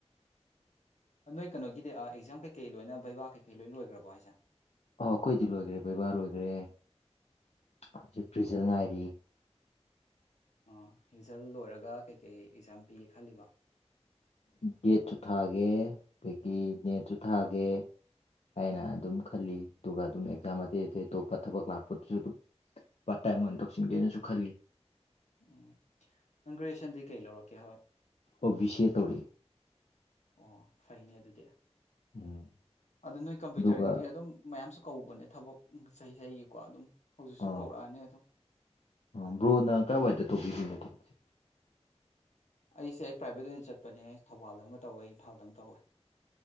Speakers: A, on the left; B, on the left.
A: ꯅꯣꯏ ꯀꯩꯅꯣꯒꯤꯗꯤ ꯑꯦꯛꯖꯥꯝ ꯀꯩꯀꯩ ꯂꯣꯏꯅ ꯕꯩꯕꯥ ꯀꯩꯀꯩ ꯂꯣꯏ ꯂꯣꯏꯈ꯭ꯔꯕꯣ ꯍꯥꯏꯁꯦ
B: ꯑꯣ ꯑꯩꯈꯣꯏꯗꯤ ꯂꯣꯏꯈ꯭ꯔꯦ ꯕꯩꯕꯥ ꯂꯣꯏꯈ꯭ꯔꯦ ꯍꯧꯖꯤꯛ ꯕ꯭ꯔꯤꯖꯜ ꯉꯥꯏꯔꯤ
A: ꯑꯥ ꯔꯤꯖꯜ ꯂꯣꯏꯔꯒ ꯀꯩꯀꯩ ꯑꯦꯛꯖꯥꯝ ꯄꯤꯒꯦ ꯈꯜꯂꯤꯕ
B: ꯒꯦꯠꯁꯨ ꯊꯥꯒꯦ ꯑꯗꯒꯤ ꯅꯦꯠꯁꯨ ꯊꯥꯒꯦ ꯑꯩꯅ ꯑꯗꯨꯝ ꯈꯜꯂꯤ ꯑꯗꯨꯒ ꯑꯗꯨꯝ ꯑꯦꯛꯖꯥꯝ ꯑꯇꯩ ꯑꯇꯩ ꯑꯇꯣꯞꯄ ꯊꯕꯛ ꯂꯥꯛꯄꯗꯨꯁꯨ ꯑꯗꯨꯝ ꯄꯇꯥꯏꯃꯣꯟ ꯇꯧꯁꯤꯟꯒꯦꯅꯁꯨ ꯈꯜꯂꯤ
A: ꯎꯝ ꯅꯪ ꯒ꯭ꯔꯦꯖꯌꯦꯁꯟꯗꯤ ꯀꯩ ꯂꯧꯔꯛꯀꯦ
B: ꯑꯣ ꯁꯤꯦ ꯇꯔꯤ
A: ꯑꯣ ꯐꯩꯅꯦ ꯑꯗꯨꯗꯤ
B: ꯎꯝ
A: ꯑꯗꯨ ꯅꯣꯏ ꯀꯝꯄ꯭ꯌꯨꯇꯔꯒꯤꯗꯤ
B: ꯑꯗꯨꯒ
A: ꯑꯗꯨꯝ ꯃꯌꯥꯝꯁꯨ ꯀꯧꯕꯅꯦ ꯊꯕꯛ ꯆꯍꯤ ꯆꯍꯤꯒꯤꯀꯣ ꯑꯗꯨꯝ ꯍꯧꯖꯤꯛꯁꯨ
B: ꯑꯥ
A: ꯀꯧꯔꯛꯑꯅꯤ ꯑꯗꯨꯝ
B: ꯑ ꯕ꯭ꯔꯣꯅ ꯀꯥꯏꯋꯥꯏꯗ ꯇꯧꯕꯤꯔꯤꯅꯣ ꯊꯕꯛꯁꯦ
A: ꯑꯩꯁꯦ ꯑꯩ ꯄ꯭ꯔꯥꯏꯚꯦꯠ ꯑꯣꯏꯅ ꯆꯠꯄꯅꯦ ꯊꯧꯕꯥꯜꯗ ꯑꯃ ꯇꯧꯋꯦ ꯏꯝꯐꯥꯜꯗ ꯑꯃ ꯇꯧꯋꯦ